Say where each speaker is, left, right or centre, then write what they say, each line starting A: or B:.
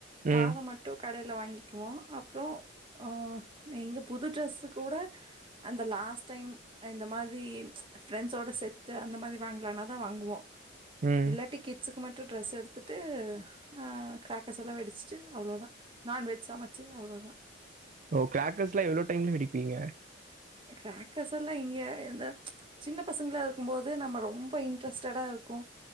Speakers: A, on the right; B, on the right.
A: காரோ
B: ம்.
A: மட் டு கடைல வாங்கிக்குவோ அப்றோ அ எங்க புது ட்ரெஸ்ஸு கூட அந்த லாஸ் டைம் இந்த மாதி ஃப்ரெண்ட்ஸோட செட்டு அந்த மாதி வாங்கலானா தா வாங்குவோ
B: ம்.
A: இல்லாட்டி கிட்ஸுக்கு மட்டு ட்ரெஸ் எடுத்துட்டு அ கிராக்கர்ஸ் எல்லா வெடிச்சிட்டு அவ்ளோதா நான்வெஜ் சமச்சு அவ்ளோ தா
B: ஓ கிரேக்கர்ஸ்லா எவ்ளோ டைம்ல வெடிப்பீங்க
A: கிராக்கஸ் எல்லா இங்கே எந்த சின்ன பசங்களா இருக்கும் போது நம்ம ரொம்ப இன்ட்ரெஸ்டடா இருக்கு